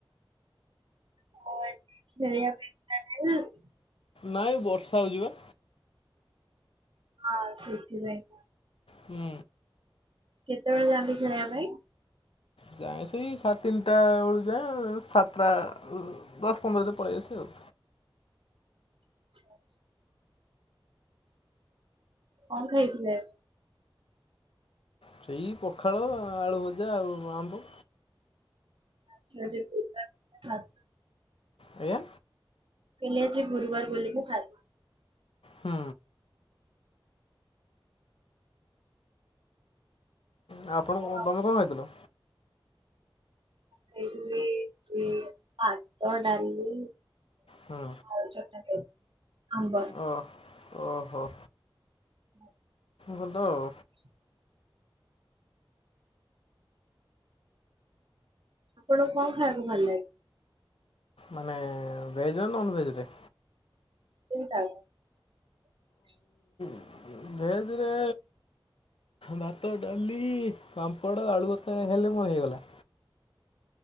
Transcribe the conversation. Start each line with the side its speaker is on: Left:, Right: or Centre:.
Right: <unintelligible>
Left: ନାଇଁ ବର୍ଷା ହୋଉଚି ପା।
Right: ହଁ ସେଥି ପାଇଁ।
Left: ହୁଁ।
Right: କେତେବେଳେ ଯାଆନ୍ତି ଖେଳବା ପାଇଁ?
Left: ଯାଏଁ ସେଇ ସା ତିନିଟା ବେଳୁ ଯାଏଁ ସାତଟା ଦଶ ପନ୍ଦରରେ ପଳେଇ ଆସେ ଆଉ।
Right: <inaudible> କଣ ଖାଇଥିଲେ?
Left: ସେଇ ପଖାଳ ଆଳୁ ଭଜା ଆଉ ଆମ୍ବ।
Right: <unintelligible>
Left: ଆଜ୍ଞା।
Right: କହିଲି ଆଜି ଗୁରୁବାର ବୋଲିଲେ କି ସା
Left: ହୁଁ। ଆ ଆପଣ
Right: ମୁଁ
Left: ତମେ କଣ ଖାଇ ଥିଲ?
Right: ଖାଇଥିଲି ଭାତ ଡାଲି
Left: ହୁଁ।
Right: ଆଳୁ ଚକଟା ଖାଇଥିଲି ଆମ୍ବ।
Left: ଓ ଓହୋ।
Right: ବାଏ।
Left: ଭଲ ଆଉ।
Right: <inaudible> ଆପଣଙ୍କୁ କଁ ଖାଇବାକୁ ଭଲ ଲାଗେ?
Left: ମାନେ ଭେଜର ନଭେଜରେ?
Right: ତିନ ଟାଇମ। <inaudible>
Left: ଉ ଭେଜରେ ଭାତ ଡାଲି ପାମ୍ପଡ଼ ଆଳୁଭତା ହେଲେ ମୋର ହେଇଗଲା।